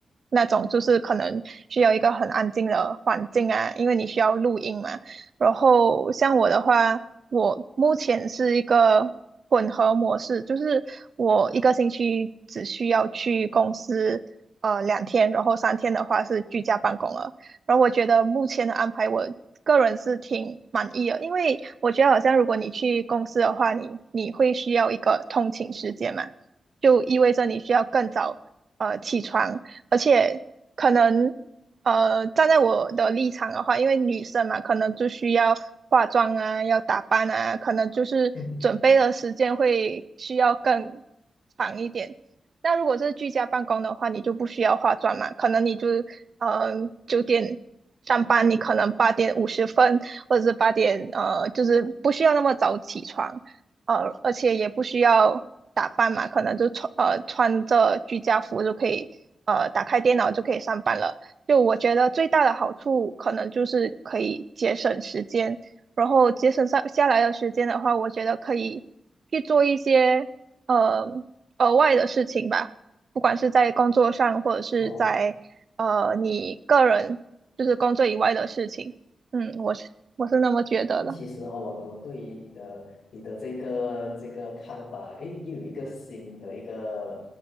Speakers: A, on the right (about 45°); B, on the left (about 90°).
A: 那种就是可能需要一个很安静的环境啊，因为你需要录音嘛。然后像我的话，我目前是一个混合模式，就是我一个星期只需要去公司呃两天，然后三天的话是居家办公了。然后我觉得目前的安排我。个人是挺满意的，因为我觉得好像如果你去公司的话，你你会需要一个通勤时间嘛，就意味着你需要更早呃起床，而且可能呃，站在我的立场的话，因为女生嘛，可能就需要化妆啊，要打扮啊，可能就是准备的时间会需要更
B: <laughs>
A: 长一点。那如果是居家办公的话，你就不需要化妆嘛，可能你就呃九点上班，你可能八点五十分或者是八点呃，就是不需要那么早起床。呃，而且也不需要打扮嘛，可能就穿呃穿着居家服就可以呃打开电脑就可以上班了。就我觉得最大的好处可能就是可以节省时间，然后节省上下来的时间的话，我觉得可以去做一些呃额外的事情吧，不管是在工作上或者是在呃你个人就是工作以外的事情。
B: 那我。
A: 嗯，我是我是那么觉得的。
B: 那其实哈、我我对于你的你的这个这个看法，诶，又有一个新的一个